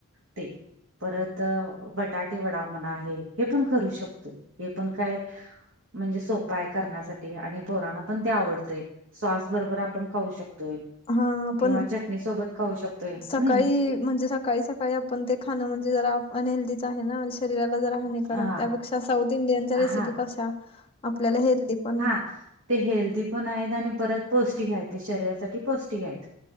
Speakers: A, on the right; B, on the left.
A: ते परत बटाटे वडा म्हणा आहे हे पण करू शकतो. हे पण काय म्हणजे सोपां आहे करण्यासाठी आणि पोरांना पण ते आवडतय. सॉस बरोबर आपण खाऊ शकतोय.
B: हा
A: किंवा
B: पण
A: चटणी सोबत खाऊ शकतोय हम्म
B: सकाळी म्हणजे सकाळी सकाळी आ पण ते खाणं म्हणजे जरा अनहेल्दीचं आहे ना शरीराला जरा हानी कारक
A: हा
B: त्यापेक्षा साउथ इंडियच्या
A: हा
B: रेसिपी कशा आपल्याला हेल्दी पण
A: हा ते हेल्दीपण आहेत, आणि परत पौष्टिक आहेत ते शरीरासाठी पौष्टिक आहेत.